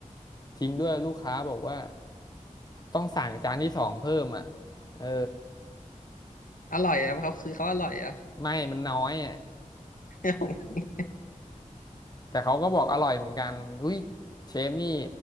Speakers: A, on the left (about 30°); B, on the left (about 80°).
A: จริงด้วยลูกค้าบอกว่าต้องสั่งจานที่สองเพิ่มอ่ะเออ
B: อร่อยอ่ะเขาคือเขาอร่อยอ่ะ
A: ไม่มันน้อยอ่ะ
B: <laughs>
A: แต่เขาก็บอกอร่อยเหมือนกันอุ้ยเชฟนี่